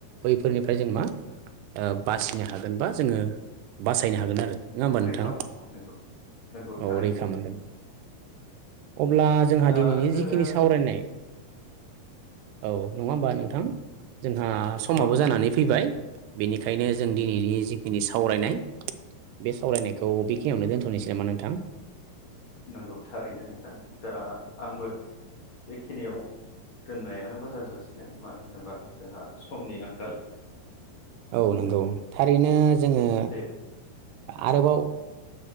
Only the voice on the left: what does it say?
रैखा
मोनो नंगौ नंगौ थारैनो
दा
जोङो
औ
नंगौ
नंगौ थारैनो नोंथां दा आंबो बेखिनियाव दोननायानो मोजां जासिगोन मानो होनोबा जोंहा समनि आंखाल।
दे